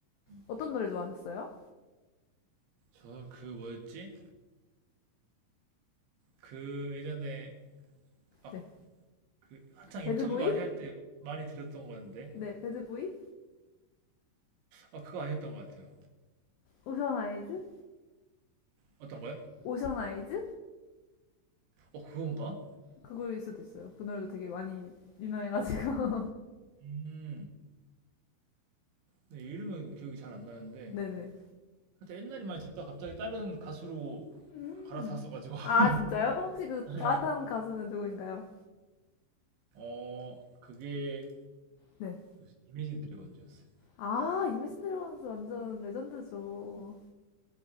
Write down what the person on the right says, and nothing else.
음.
저는 그 뭐였지? 그 예전에, 아,
그 한창
인터뷰 많이 할 때 많이 들었던 건데.
아, 그거 아니었던 것 같아요.
어떤 거요?
어, 그건가?
음. 근데 이름은 기억이 잘 안 나는데.
그때 옛날에 많이 듣다 가 갑자기 다른 가수로
갈아탔어가지고 <laughs>
예.
어 그게
뭐지? 이미진 드래곤즈였어요.